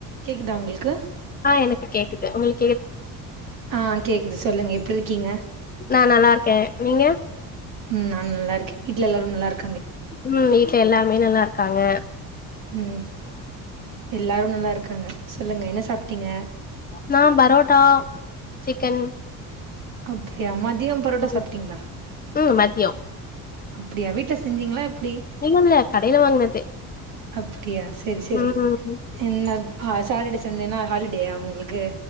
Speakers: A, on the right; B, on the left.
A: கேக்குதா உங்களுக்கு
B: ஆ எனக்கு கேக்குது உங்களுக்
A: ஆ கேக்குது சொல்லுங்க எப்டி இருக்கீங்க?
B: நா நல்லா இருக்கே நீங்க
A: ம் நா நல்லா இருக்க வீட்ல எல்லாரு நல்லா இருக்
B: ம் வீட்ல எல்லாமே நல்லாருக்காங்க.
A: ம் எல்லாரு நல்லா இருக்காங்க சொல்லுங்க என்ன சாப்பிட்டீங்க?
B: நா பரோட்டா சிக்கன்
A: அப்டியா மதியம் பொரோட்டா
B: ம்
A: சாப்ட்டீங்ளா?
B: ம் மதியோ
A: அப்டியா வீட்ல செஞ்சீங்களா எப் ப்டி
B: இல்ல இல்ல கடையில வாங்குனது
A: அப்டியா செரி செரி
B: ம்
A: என்னக் ஆ சாட்டர்டே சண்டேன்னா ஹாலிடேயா உங்ளுக்கு